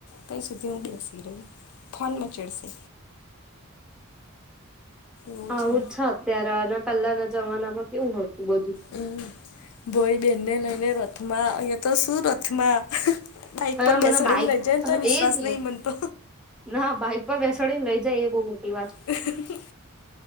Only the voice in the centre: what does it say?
આવું
છ અત્યારે અને પહેલાના જમાનામાં કેવું હતું બધું
હવે
મને બાઈક
એજ
ને
ના બાઇક પર બેસાડી ને લઈ જાય એ બહુ મોટી વાત